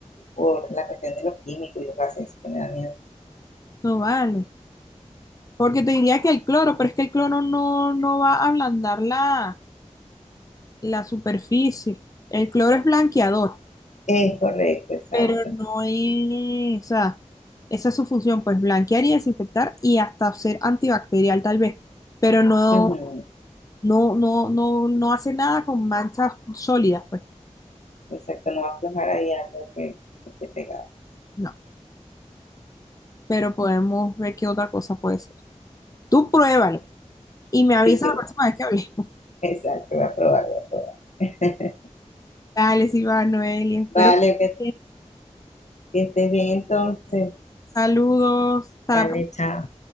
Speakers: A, on the left (about 70°); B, on the left (about 30°).
A: por la cuestión de los químicos y lo que hacen, eso me da miedo.
B: No vale. Porque te diría que el cloro, pero es que el cloro no, no va a ablandar la, la superficie. El cloro es blanqueador,
A: Es correcto, exacto.
B: pero no es, o sea, esa es su función, pues blanquear y desinfectar y hasta ser antibacterial tal vez, pero no,
A: Ujú,
B: no, no, no, no hace nada con manchas sólidas, pues
A: Exacto, no va a aflojar ahí algo que, que esté pegado.
B: no. Pero podemos ver qué otra cosa puede ser. Tú pruébalo y me avisas
A: Sí, sí,
B: la próxima vez que hablemos.
A: Exacto, voy a probar, voy a probar.
B: Dale, sí va, Noelia. Espero
A: <laughs> Vale,
B: que
A: que,
B: estés bien.
A: que estés bien entonces.
B: Saludos. Hasta
A: Vale,
B: la próxima.
A: chao.